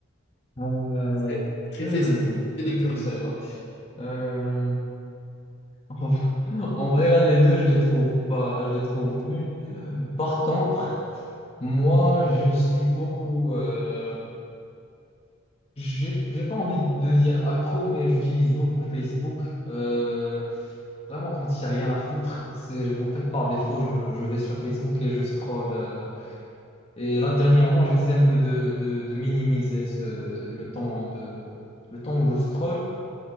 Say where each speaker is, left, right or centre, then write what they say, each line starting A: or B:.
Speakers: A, on the left; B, on the left.
A: Euh,
B: C'est c'est
A: hmm,
B: Facebook ou c'est
A: peu
B: LinkedIn.
A: dur celle-là. Euh, en vrai, <laughs> en vrai, là, les deux, je les trouve pas, je les trouve nuls. Par contre, moi, je suis beaucoup. euh, j'ai j'ai pas envie de dire accro, mais j'utilise beaucoup Facebook. Euh, Vraiment, quand il n'y a rien à foutre, c'est en fait par défaut, je, je vais sur Facebook et je scrolle. euh, et là, dernièrement, j'essaie un peu de, de, de minimiser ce, le temps de, le temps où je scrolle.